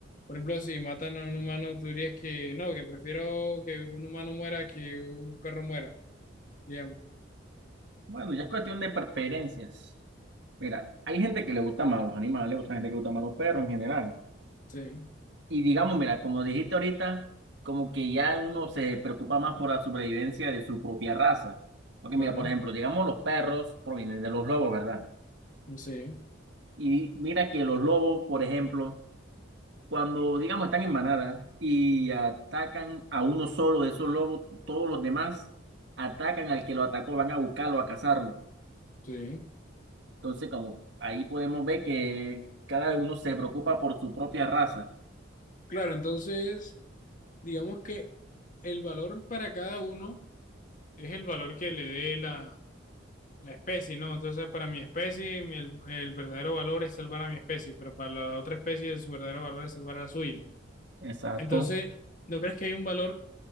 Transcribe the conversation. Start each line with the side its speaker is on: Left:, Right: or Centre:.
Left: por ejemplo, si matan a un humano, tú dirías que no, que prefiero que un humano muera que un perro muera, digamos.
Right: Bueno, ya es cuestión de preferencias. Mira, hay gente que le gusta más los animales, otra gente que le gusta más los perros en general.
Left: Sí,
Right: Y digamos, mira, como dijiste ahorita, como que ya uno se preocupa más por la supervivencia de su propia raza. Porque
Left: claro,
Right: mira, por ejemplo, digamos los perros provienen de los lobos, ¿verdad?
Left: sí,
Right: Y mira que los lobos, por ejemplo, Cuando, digamos, están en manada y atacan a uno solo de esos lobos, todos los demás atacan al que lo atacó, van a buscarlo, a cazarlo.
Left: sí.
Right: Entonces, como ahí podemos ver que cada uno se preocupa por su propia raza.
Left: Claro, entonces, digamos que el valor para cada uno es el valor que le dé la, la especie, ¿no? Entonces, para mi especie, mi- el, el verdadero valor es salvar a mi especie, pero para la otra especie, su verdadero valor es salvar a la suya.
Right: Exacto.
Left: Entonces, ¿no crees que hay un valor,